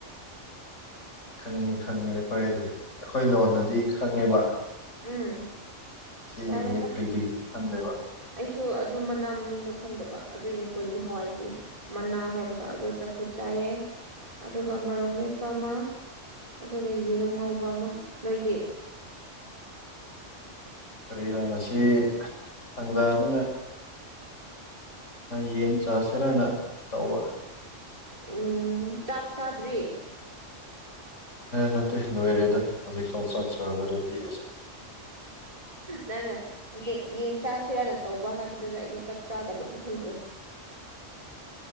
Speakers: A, on the left; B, on the right.
A: ꯈꯪꯅꯤ ꯈꯪꯅꯤ ꯑꯩꯈꯣꯏ ꯑꯩꯈꯣꯏ ꯂꯣꯟꯗꯗꯤ ꯈꯪꯉꯦꯕ
B: ꯎꯝ
A: ꯁꯤ
B: ꯌꯥꯔꯦꯗ
A: ꯃꯅꯤ ꯐ꯭ꯔꯤꯗꯁꯤ ꯈꯥꯟꯗꯕꯔ
B: ꯑꯩꯁꯨ ꯑꯗꯨ ꯃꯅꯥ ꯃꯃꯤꯡꯗꯣ ꯈꯪꯗꯕ ꯑꯗꯨꯏꯅꯦ ꯀꯒꯣꯂꯤ ꯍꯋꯥꯏꯒꯤ ꯃꯅꯥ ꯍꯥꯏꯕꯗꯣ ꯑꯗꯨ ꯆꯝꯐꯨꯠ ꯆꯥꯏꯌꯦ ꯑꯗꯨꯒ ꯃꯔꯣꯛ ꯃꯦꯠꯄ ꯑꯃ ꯑꯗꯨꯒ ꯌꯦꯔꯨꯝ ꯉꯧꯕ ꯑꯃ ꯅꯣꯏꯗꯤ
A: ꯀꯔꯤ ꯏꯔꯥꯡ ꯑꯁꯤ ꯊꯪꯖꯥꯅꯤꯅ ꯌꯦꯟ ꯆꯥꯁꯤꯔꯅ ꯇꯧꯕ
B: ꯎꯝ ꯆꯥꯛ ꯆꯥꯗ꯭ꯔꯤ
A: ꯅꯠꯇꯦ ꯅꯣꯏꯔꯦꯗ ꯍꯧ ꯐꯥꯎ ꯆꯁꯗꯤ
B: ꯅꯪꯅ ꯌꯦꯟ ꯆꯥꯁꯤꯔꯅ ꯇꯧꯕ ꯍꯥꯏꯕꯗꯨꯗ ꯑꯩꯗꯤ ꯆ ꯗ ꯐꯜꯂꯨꯔꯦ